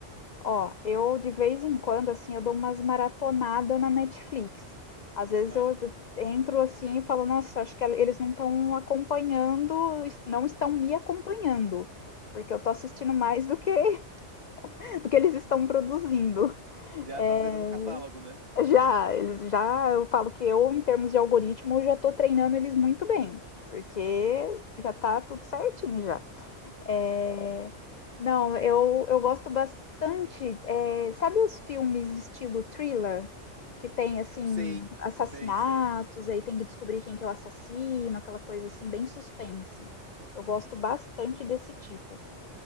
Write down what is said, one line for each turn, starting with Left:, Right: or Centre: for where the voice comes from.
Left: ó, eu de vez em quando, assim, eu dou umas maratonadas na Netflix. Às vezes
Right: Ah,
Left: eu entro assim e falo, nossa, acho que eles não estão acompanhando, não estão me acompanhando, porque eu tô assistindo mais do que <laughs> do que eles estão produzindo.
Right: já
Left: É,
Right: tá zerando o catálogo, né?
Left: Já, eles já,
Right: <laughs>
Left: eu falo que eu, em termos de algoritmo, eu já tô treinando eles muito bem, porque já tá tudo certinho já. É, não, eu, eu gosto bastante. eh, sabe os filmes estilo thriller? Que tem, assim,
Right: Sei,
Left: assassinatos,
Right: sei, sei.
Left: aí tem que descobrir quem que é o assassino, aquela coisa assim, bem suspense. Eu gosto bastante desse tipo.